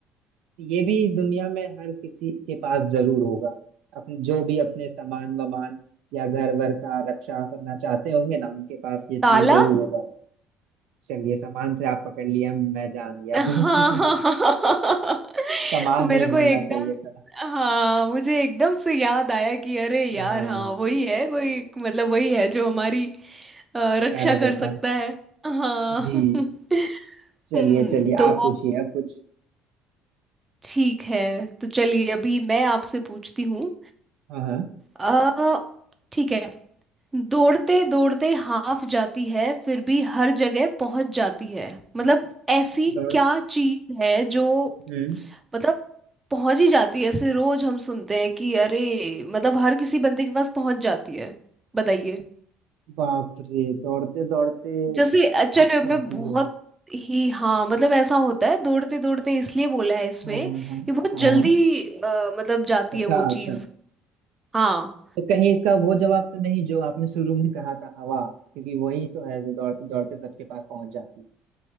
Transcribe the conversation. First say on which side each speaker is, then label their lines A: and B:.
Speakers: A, on the right; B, on the right.
A: ये भी दुनिया में हर किसी के पास जरूर होगा अपने जो भी अपने सामान वामान या घर वर का रक्षा करना चाहते होंगे ना उनके पास ये
B: ताला
A: चीज जरूर होगा चलिए सामान से आप पकड़ लिया मैं जान गया
B: हाँ
A: <laughs>
B: हाँ हाँ
A: सामान
B: <laughs>
A: नहीं
B: मेरे को
A: बोलना
B: एकदम
A: चाहिए था
B: हाँ मुझे एकदम से याद आया कि अरे यार
A: हाँ
B: हाँ वही है कोई मतलब वही है जो हमारी अ, रक्षा
A: पहरा
B: कर
A: देता
B: सकता
A: है
B: है हाँ
A: जी
B: <laughs>
A: चलिए
B: हम्म,
A: चलिए
B: तो
A: आप पूछिए अब कुछ
B: ठीक है तो चलिए अभी मैं आपसे पूछती हूँ
A: हाँ हाँ
B: अ, ठीक है दौड़ते दौड़ते हाफ जाती है फिर भी हर जगह पहुंच जाती है मतलब ऐसी
A: दौड़
B: क्या चीज है जो
A: हम्म
B: मतलब पहुंच ही जाती है ऐसे रोज हम सुनते हैं कि अरे मतलब हर किसी बंदे के पास पहुंच जाती है बताइए
A: बाप रे दौड़ते दौड़ते
B: जैसे अ, चलो
A: अब
B: मैं
A: जाती
B: बहुत
A: है
B: ही हाँ मतलब ऐसा होता है दौड़ते दौड़ते इसलिए बोला है इसमें
A: हाँ हाँ हाँ
B: कि बहुत जल्दी
A: हाँ हाँ
B: अ, मतलब जाती
A: अच्छा
B: है वो
A: अच्छा
B: चीज हाँ
A: तो कहीं इसका वो जवाब तो नहीं जो आपने शुरू में कहा था हवा क्योंकि वही तो है जो दौड़ते दौड़ते सबके पास पहुंच जाती है